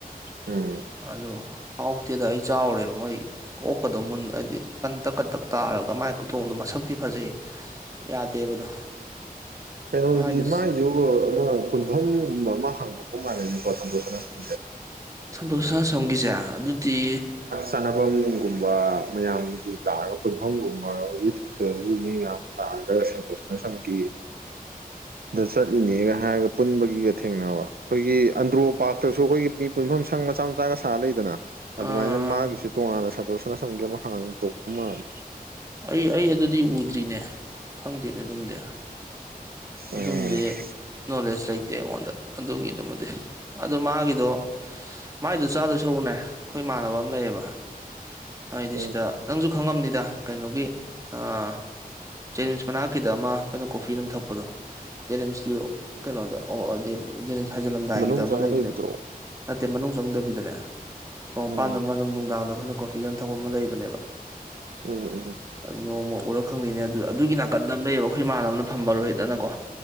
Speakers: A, on the right; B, on the right.
A: ꯎꯝ
B: ꯑꯗꯣ ꯍꯥꯎꯇꯦꯗ ꯑꯩ ꯆꯥꯎꯔꯦꯕ ꯃꯣꯏ ꯀꯣꯛꯀꯗꯣ ꯃꯨꯟ ꯍꯥꯏꯗꯤ ꯀꯟ ꯇꯛ ꯀꯟ ꯇꯛ ꯇꯥꯔꯒ ꯃꯥꯥꯏ ꯈꯨꯇꯣꯡꯗꯣ ꯃꯁꯛꯇꯤ ꯐꯖꯩ ꯌꯥꯗꯦꯕꯗꯣ
A: ꯀꯩꯅꯣꯗꯗꯤ
B: ꯃꯥꯏꯗꯣ
A: ꯃꯥꯏ ꯑꯃ ꯄꯨꯟꯐꯝꯒꯨꯝꯕ ꯑꯃ ꯍꯥꯡꯗꯣꯛꯄ ꯃꯥꯜꯂꯤꯅꯤꯀꯣ ꯁꯟꯗꯣꯁꯅꯥꯁꯝ
B: ꯁꯟꯇꯣꯁ ꯁꯅꯁꯝ ꯒꯤꯁꯦ ꯑꯗꯨꯗꯤ
A: ꯆꯥꯟꯅꯐꯝꯒꯨꯝꯕ ꯃꯌꯥꯝꯒꯤ ꯂꯥꯛꯑꯒ ꯄꯨꯟꯐꯝꯒꯨꯝꯕꯒꯤ ꯎꯠꯇ꯭ꯔꯁꯨ ꯃꯤ ꯃꯌꯥꯝ ꯂꯥꯛꯑꯒ ꯁꯟꯇꯣꯁ ꯁꯅꯥꯁꯝꯒꯤ ꯗ ꯆꯠꯂꯤꯅꯦꯒ ꯍꯥꯏꯔꯒ ꯄꯨꯟꯕꯒꯤꯒ ꯊꯦꯡꯅꯕ ꯑꯩꯈꯣꯏꯒꯤ ꯑꯟꯗ꯭ꯔꯣ ꯄꯥꯔꯇꯁꯨ ꯑꯩꯈꯣꯏꯒꯤ ꯃꯤ ꯄꯨꯟꯐꯝ ꯁꯪ ꯃꯆꯥ ꯃꯆꯥꯒ ꯁꯥꯔ ꯂꯩꯗꯅ
B: ꯑꯥ
A: ꯑꯗꯨꯃꯥꯏꯅ ꯃꯥꯒꯤꯁꯨ ꯇꯣꯉꯥꯟꯅ ꯁꯥꯇꯣꯁ ꯁꯥꯅꯁꯝꯒꯤ ꯑꯃ ꯍꯥꯡ ꯇꯣꯛꯄ ꯃꯥꯜꯂꯦ
B: ꯑꯩ ꯑꯩ ꯑꯗꯨꯗꯤ ꯎꯗ꯭ꯔꯤꯅꯦ ꯈꯪꯗꯦꯅꯦ ꯑꯗꯨꯝꯗꯤ ꯑꯗꯨꯝꯗꯤ
A: ꯎꯝ
B: ꯅꯣꯂꯦꯖ ꯂꯩꯇꯦ ꯑꯩꯉꯣꯟꯗ ꯑꯗꯨꯒꯤꯗꯨꯃꯗꯤ ꯑꯗꯨ ꯃꯥꯒꯤꯗꯣ ꯃꯥꯏꯗꯣ ꯆꯥꯗꯣꯏ ꯁꯔꯨꯛꯅꯦ ꯑꯩꯈꯣꯏ ꯏꯥꯟꯅꯕ ꯂꯩꯌꯦꯕ ꯍꯥꯏꯗꯤ
A: ꯎꯝ
B: ꯁꯤꯗ ꯅꯪꯁꯨ ꯈꯪꯉꯝꯅꯤꯗ ꯀꯩꯅꯣꯒꯤ ꯑꯥ ꯆꯦꯅꯤꯁ ꯃꯅꯥꯛꯀꯤꯗ ꯑꯃ ꯑꯩꯈꯣꯏꯅ ꯀꯣꯐꯤ ꯑꯗꯨꯝ ꯊꯛꯄꯗꯣ꯫ ꯖꯦꯅꯤꯝꯁꯀꯤ ꯀꯩꯅꯣꯗ ꯑꯣ ꯑꯗꯤ ꯖꯦꯅꯤꯝꯁ ꯍꯥꯏꯖꯤꯜꯂꯝꯗꯥꯏꯒꯤꯗ
A: ꯃꯅꯨꯡ
B: ꯑꯃ
A: ꯆꯪꯉ
B: ꯂꯩꯕꯅꯦꯕ꯫
A: ꯂꯩꯕꯗꯨꯔꯣ
B: ꯅꯠꯇꯦ ꯃꯅꯨꯡ ꯆꯪꯗꯕꯤꯗꯅꯦ ꯁꯣꯝ ꯃꯄꯥꯟꯗ
A: ꯎꯝ
B: ꯑꯃ ꯑꯗꯨꯝ ꯅꯨꯡꯗꯥꯡꯗ ꯑꯩꯈꯣꯏꯅ ꯀꯣꯐꯤꯒ ꯑꯃ ꯊꯛꯄ ꯑꯃ ꯂꯩꯕꯅꯦꯕ꯫
A: ꯎꯝ ꯎꯝ꯫
B: ꯅꯣꯡꯃ ꯎꯔ ꯈꯪꯅꯤꯅꯦ ꯑꯗꯨ ꯑꯗꯨꯒꯤ ꯅꯥꯀꯟꯗ ꯑꯃ ꯂꯩꯌꯦꯕ ꯑꯩꯈꯣꯏ ꯏꯃꯥꯟꯅꯕꯅ ꯐꯝꯕ ꯔꯣꯍꯤꯠ ꯍꯅꯀꯣ꯫